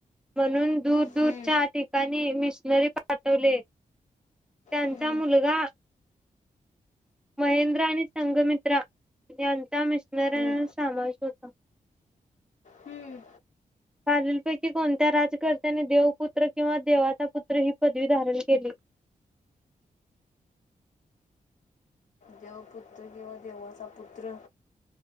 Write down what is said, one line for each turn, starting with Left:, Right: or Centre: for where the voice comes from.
Centre: म्हणून दूर,
Left: हम्म,
Centre: दूरच्या ठिकाणी <unintelligible> मिशनरी पाठवले त्यांचा
Left: हम्म,
Centre: मुलगा महेंद्र आणि संगमित्रा यांचा मिशनरना
Left: हम्म,
Centre: समावेश होता.
Left: हम्म.
Centre: खालीलपैकी कोणत्या राजकर्त्यानी देवपुत्र किंवा देवाचा पुत्र ही पदवी धारण केली.
Left: देव पुुत्र किंवा देवाचा पुत्र,